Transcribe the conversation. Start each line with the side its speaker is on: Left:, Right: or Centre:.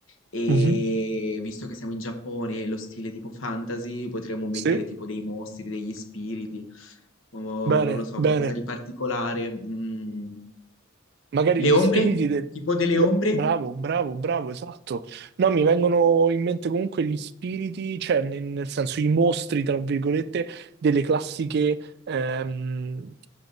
Left: e
Right: Mhm.
Left: visto che siamo in Giappone, lo stile tipo fantasy, potremmo mettere
Right: Sì.
Left: tipo dei mostri, degli spiriti o
Right: Bene,
Left: non lo so,
Right: bene.
Left: qualcosa di particolare. mm.
Right: Magari
Left: Le
Right: gli
Left: ombre?
Right: spiriti del...
Left: Tipo delle
Right: le-
Left: ombre?
Right: Bravo, bravo, bravo, esatto. No, mi vengono in mente comunque gli spiriti, cioè nel, nel senso i mostri, tra virgolette, delle classiche ehm,